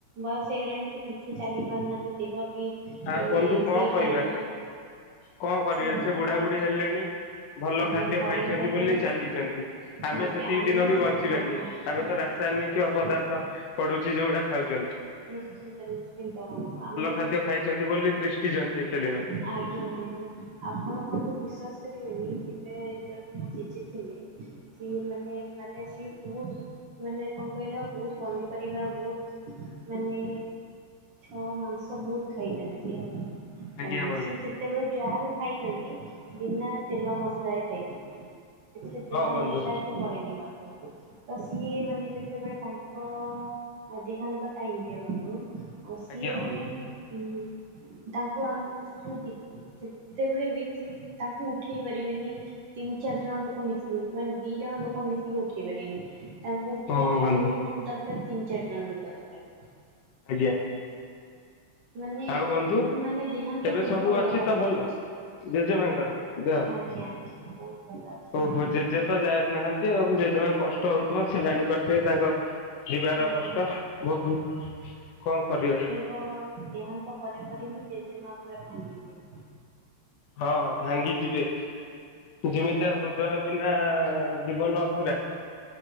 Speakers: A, on the right (about 65°); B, on the left (about 65°).
A: ବୟସ ହେଇଗଲାଣି ସେ ଠିକ୍ ସେ ଚାଲି ପାରୁନାହାନ୍ତି ଦେହ ବି
B: ଆଉ
A: ମାନେ
B: ବନ୍ଧୁ
A: ସେଇ
B: କଣ କହିବା
A: ଟାଇମରେ
B: କଣ କରିବା
A: ସମୟରେ
B: ସେ ବୁଢା
A: ଖରାପ
B: ବୁଢୀ ହେଲେଣି
A: ଥିଲା
B: ଭଲ
A: ଆଜ୍ଞା
B: ଖାଦ୍ୟ
A: ପଡିଗଲେ
B: ଖାଇଛନ୍ତି ବୋଲି ଚାଲିଛନ୍ତି ଆମେ
A: ଆଜ୍ଞା
B: ସେତିକି
A: ଆମେ
B: ଦିନ ବି ବଞ୍ଚିବାନି
A: ଆଜ୍ଞା
B: ଆମେ ତ
A: ଆଜ୍ଞା
B: ରାସାୟନିକ
A: ନିଶ୍ଚିନ୍ତ
B: ପଦା ତ ପଡୁଛି ଯୋଉଟା ଖାଉଛନ୍ତିୁ।
A: ନିଶ୍ଚିନ୍ତ ନିଶ୍ଚିନ୍ତ ବନ୍ଧୁ ଆମେ
B: ଖାଦ୍ୟ ଖାଇଛନ୍ତି ବୋଲି ତିଷ୍ଟିଛନ୍ତି ଏତେ ଦିନ।
A: ଆଜ୍ଞା ଆଜ୍ଞା ବନ୍ଧୁ ଆପଣ ବନ୍ଧୁ ବିଶ୍ଵାସ କରିବେନି ଯେବେ ଯେତେବେଳେ ମୋ ଜେଜେ ଥିଲେ ସିଏ ମାନେ ମାନେ ସିଏ ମୋସ୍ ମାନେ କଣ କହିଲ ବୋହୁତ୍ ପନିପରିବା ବୋହୁତ୍ ମାନେ ଛଅ ମାଂସ ବୋହୁତ୍ ଖାଇଯାନ୍ତି ହେଲା।
B: ଆଜ୍ଞା
A: କଞ୍ଜୁସୁ
B: ବନ୍ଧୁ
A: ସି ସେତେବେଳେ ଯାହା ବି ଖାଇଛନ୍ତି ବିନା ତେଲ ମସଲରେ ଖାଇଛନ୍ତି। ସେଥିରେ ତେଲ
B: ହଁ ବନ୍ଧୁ
A: ମସଲା ଏତେ ପଡେନି ତ ସିଏ ମାନେ ଯେତେବେଳେ ତାଙ୍କ ଅ ଦେହାନ୍ତ ଟାଇମ୍ ରେ ବନ୍ଧୁ ଆ ସିଏ
B: ଆଜ୍ଞା ବନ୍ଧୁ
A: ମାନେ ଉଁ ତାଙ୍କୁ ଆମ ସେଠୁ ଯେତେବେଳେ ବି ତାଙ୍କୁ ଉଠେଇ ପାରିବେନି ତିନି ଚାରି ଜଣ ଲୋକ ମିଶି କି ମାନେ ଦି ଜଣ ଲୋକ ମିଶି କି ଉଠେଇ ପାରିବେନି ତାଙ୍କୁ ପଠିବା
B: ହଉ
A: ପାଇଁ
B: ବନ୍ଧୁ
A: ମିନିମମ୍ ଦରକାର ତିନି ଚାରି ଜଣ ଲୋକ ଦରକାର।
B: ଆଜ୍ଞା।
A: ମାନେ
B: ଆଉ ବନ୍ଧୁ
A: ମାନେ ଦେହାନ୍ତ
B: ଏବେ
A: ପୂର୍ବର
B: ସବୁ ଅଛି
A: କଥା
B: ତ
A: ମୁଁ
B: ଭଲ?
A: କହୁଛି
B: ଜେଜେମାଙ୍କର ଦେହ
A: ଆଜ୍ଞା ଆଜ୍ଞା ବହୁତ ଭଲ ଅଛନ୍ତି।
B: ଓ ହୋ ଜେଜେ। ତ ଯାଏ ନାହାନ୍ତି ଆଉ ଜେଜେମାଙ୍କୁ କଷ୍ଟ ହଉଥିବ ସେ ଜାଣିପାରୁଥିବେ ତାଙ୍କ। ଯିବାର
A: ଆଜ୍ଞା
B: କଷ୍ଟ ଭୋଗୀ କଣ କରିବା।
A: କଗ ଦେହାନ୍ତ ପରେ ପରେ ହିଁ ଜେଜେମା ପୁରା ଭାଙ୍ଗିଯିବେ।
B: ହଁ ଭାଙ୍ଗି ଯିବେ। ଯେମିତିୟା ହୃଦୟ ବିନା ଜୀବନ ଅଧୁରା।